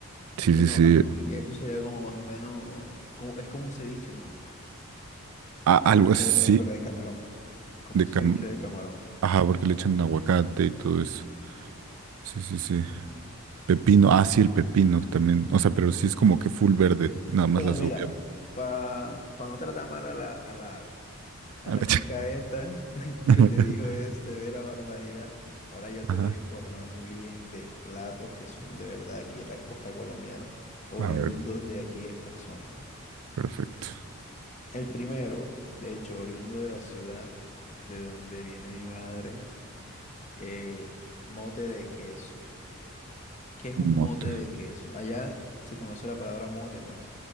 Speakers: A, on the right; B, on the left.
A: Sí,
B: Bueno,
A: sí, sí.
B: aquí eso sería como más o menos, como, es como un ceviche, ¿no?
A: A- algo así
B: Pero de, pero de camarón, como
A: de
B: un ceviche
A: cam...
B: de camarón.
A: Ajá, porque le echan aguacate y todo eso. Sí, sí, sí.
B: Ujú.
A: Pepino, ah, sí, el pepino también. O sea, pero sí es como que full verde, nada más
B: Bueno,
A: la
B: mira,
A: cebolla.
B: para no tratar mal a la, a la, a la
A: A la
B: chica
A: ch-
B: esta <laughs>
A: <laughs>
B: que te dijo este vera barbaridad, ahora yo te
A: Ajá.
B: voy a informar muy bien de platos que son de verdad aquí en la costa colombiana, oriundos
A: A ver,
B: de aquí esta zona.
A: perfecto.
B: El primero, de hecho, oriundo de la ciudad de donde viene mi madre, eh, mote de queso. ¿Qué es un
A: Mote.
B: mote de queso? Allá se conoce la palabra mote, ¿no?